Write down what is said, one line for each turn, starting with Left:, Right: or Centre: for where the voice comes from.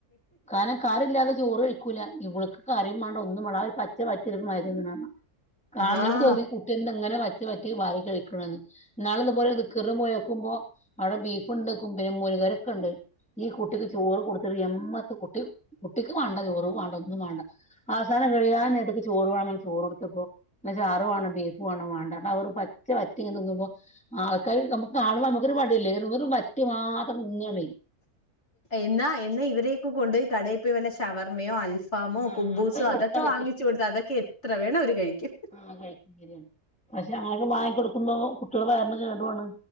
Centre: കാരണം കറില്ലാതെ ചോറ് കഴി വെക്കുല ഇവൾക്ക് കറീം വേണ്ട ഒന്നും വേണ്ട ആ ഒരു പച്ച <unintelligible> കാൺലോൽക്
Left: ആഹ്
Centre: തോന്നി കുട്ടി എന്താ ഇങ്ങനെ വറ്റ് വറ്റി വാരി കഴികണ്ന്ന് ഇന്നാള് ഇതുപോലെ ദിക്ർന് പോയോക്കുമ്പൊ നോക്കുമ്പോ അവ്ടെ ബീഫ്ണ്ട് <unintelligible> മോര് കറിയൊക്കെ ഇണ്ട് ഈ കുട്ടിക്ക് ചോറ് കൊടുത്തിട്ട് എമ്മക്ക് കുട്ടി കുട്ടിക്ക് വാണ്ട ചോറും വാണ്ട ഒന്നും വാണ്ട <unintelligible> കഴിയാൻ നേരത്ത്ക്ക് ചോറ് വേണം ചോറ് കൊടുത്തപ്പോ ചാറ് വേണം ബീഫ് വേണം വേണ്ട ന്നട്ട് ആ ഒരു പച്ച വറ്റ് തിന്നുമ്പോ ആൾക്കാർ നമുക്ക് കാണുമ്പോ നമുക്കൊരു മടിയല്ലേ വെറും വറ്റ് മാത്രം തിന്നാണേ
Left: എന്നാ എന്നാ ഇവരെയൊക്കെ കൊണ്ടൊയി കടയിൽ പോയ് വല്ല ശവർമ്മയോ അൽഫാ അൽഫാമോ
Centre: ആഹ്
Left: കുബൂസോ
Centre: അത്
Left: അതൊക്കെ
Centre: കൊടുത്താ വല്യ
Left: വാങ്ങിച്ചു
Centre: ഇഷ്ടാണ്
Left: കൊടുത്ത അതൊക്കെ എത്ര വേണം അവര് കഴിക്കും
Centre: ആഹ് കഴിക്കും ശരിയാണ് പക്ഷെ അങ്ങനെ വാങ്ങി കൊടുക്കുമ്പോ കുട്ടികളുടെ വയറിനു കേടുവാണ്